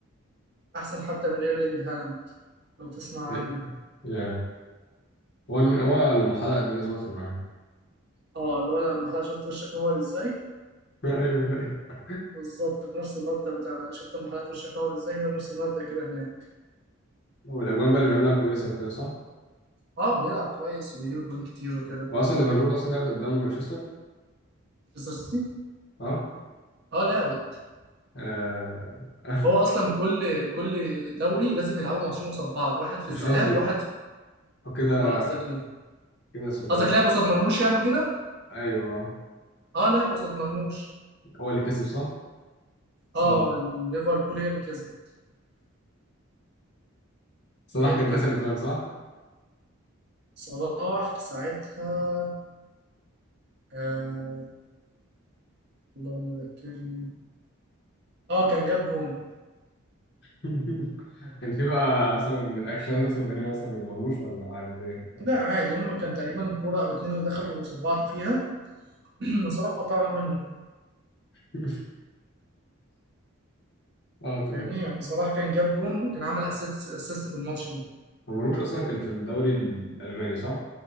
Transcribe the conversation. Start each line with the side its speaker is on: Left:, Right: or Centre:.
Right: أحسن حتى من إيرلينج هالاند لو تسمع
Left: يا
Right: عنه
Left: يا. هو هو لما حلق الدنيا ظبطت معاه
Right: اه اللي هو لما حضرتك شفت وشك نور ازاي
Left: <laughs> ايوه ايوه
Right: بالظبط نفس المبدأ بتاع شفت لما حضرتك وشك نور ازاي هو نفس المبدأ كده هناك
Left: والاجوان بقى اللي بيعملها كويسه وكده صح
Right: اه بيلعب كويس وبيجيب جوان كتير وكده
Left: هو اصلا ليفربول اصلا لعبت قدام مانشستر
Right: مانشستر سيتي
Left: اه
Right: اه لعبت
Left: آه. <laughs>
Right: هو اصلا كل كل دوري لازم يلعبوا ماتشين قصاد بعض واحد في
Left: مش
Right: الذهاب
Left: قصدي
Right: واحد
Left: هو كده
Right: امال قصدك ايه
Left: كده اسمه
Right: قصدك
Left: ايه ده
Right: لعب قصاد مرموش يعني وكده
Left: ايوه
Right: اه لعب قصاد مرموش
Left: هو اللي كسب صح صلاح
Right: اه ليفربول هي اللي كسبت
Left: صلاح
Right: هي اللي
Left: كان
Right: كسبت
Left: دخل الجوان صح
Right: صلاح ساعتها آه اللهم ذكرني اه كان جاب جون
Left: <laughs> كان في بقى مثلا الأكشنات مثلا غريبة مثلا من مرموش ولا عادي الدنيا كانت كويسة؟
Right: لا عادي هما كان تقريبا كورة او اتنين اللي دخلوا قصاد بعض فيها <clears throat> وصلاح قطعها منه
Left: <laughs> اه تمام
Right: فاهمني يعني صلاح كان جاب جون وكان عمل اسيست اسيست في الماتش ده
Left: هو مرموش أصلا كان في الدوري الألماني صح؟